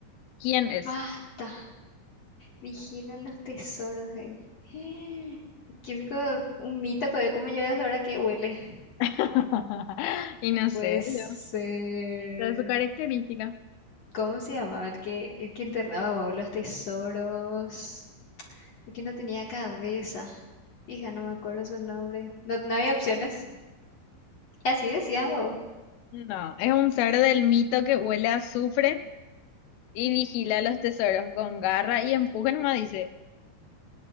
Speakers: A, on the left (about 85°); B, on the left (about 45°).
A: ¿Quién es?
B: Basta. Vigilan los tesoros, güey. <gasps> Típico, un mito, güey. ¿Cómo llegas ahora que huele?
A: <laughs> Y no sé,
B: Puede ser.
A: yo. Esa es su característica.
B: ¿Cómo se llamaba? El que, el que enterraba, wow, los tesoros. El que no tenía cabeza. Hija, no me acuerdo su nombre. No, no había opciones. Así decían, wow.
A: No, es un ser del mito que huele a azufre y vigila los tesoros con garra y empuje nomás dice.